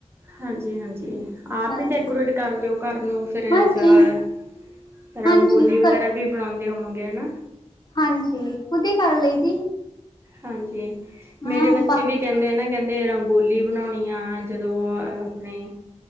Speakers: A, on the right; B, on the left.
A: ਹਾਂਜੀ-ਹਾਂਜੀ। ਆਪ
B: ਹਾਂਜੀ
A: ਈ ਡੈਕੋਰੇਟ ਕਰਦੇ ਓ ਘਰ ਨੂੰ ਫਿਰ
B: ਹਾਂਜੀ
A: ਜਾਂ ਰੰਗੋਲੀ
B: ਹਾਂਜੀ
A: ਵਗੈਰਾ
B: ਕ
A: ਵੀ ਬਣਾਉਂਦੇ ਹੋਵਾਂਗੇ ਹਨਾ।
B: ਹਾਂਜੀ, ਖੁਦ ਈ ਕਰ ਲਈ ਦੀ।
A: ਹਾਂਜੀ,
B: ਹਾਂ
A: ਮੇਰੇ ਬੱਚੇ
B: ਬਾਕੀ
A: ਵੀ ਕਹਿੰਦੇ ਆ ਨਾ ਕਹਿੰਦੇ ਰੰਗੋਲੀ ਬਣਾਉਣੀ ਆ ਜਦੋਂ ਅਹ ਆਪਣੇ